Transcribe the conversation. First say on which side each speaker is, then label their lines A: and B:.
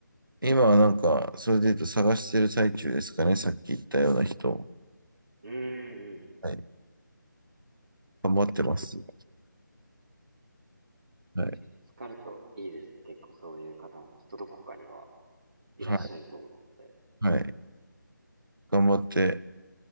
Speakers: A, on the right; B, on the right.
A: 今はなんか、それで言うと探してる最中ですかね。さっき言ったような人。
B: うーんうんうんうん。
A: はい。頑張ってます。はい。
B: 確かに見つかるといいですね。結構そういう方もきっとどこかにはいらっしゃると思うので。
A: はい。はい。頑張って、